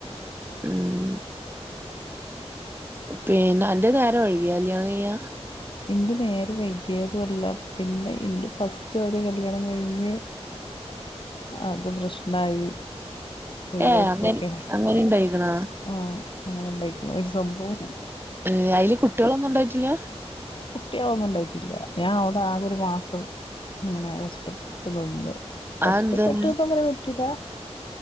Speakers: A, on the right (about 20°); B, on the left (about 50°).
A: ഉം പിന്നെ എന്റെ നേരെം വഴികിയ കല്യാണം കഴ്യ
B: എറെ നേരെ വൈകിയതുമല്ല പിന്നെ എൻറെ ഫസ്റ്റ് വതി കല്യാണം കഴിഞ്ഞ് അത് പ്രശ്നായി ഒഴിവാക്കിയൊക്കെയാണ്
A: ഏഹ് അങ്ങെ അങ്ങനെണ്ടായിരിക്കണ
B: ആഹ് അങ്ങനെണ്ടായിരിക്കും ഒരു സംബവം
A: ഏഹ് അയ്ല് കുട്ടിയളൊന്നും ഉണ്ടായിട്ടില്ല
B: കുട്ടികളൊന്നും ഉണ്ടായിട്ടില്ല ഞാൻ അവിടെ ആകെ ഒരു മാസം ഇങ്ങനെ കഷ്ടപ്പെട് നിന്ന് കഷ്ടപ്പെട്ട
A: അതെന്താണ്
B: ഇപ്പ പറ പറ്റൂല